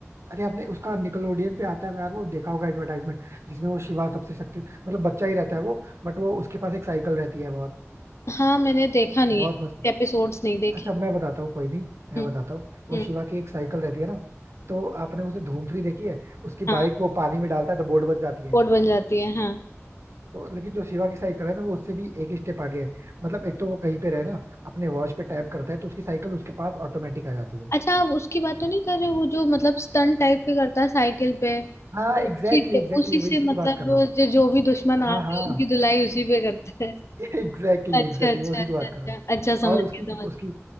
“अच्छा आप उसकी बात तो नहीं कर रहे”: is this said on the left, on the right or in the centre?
Left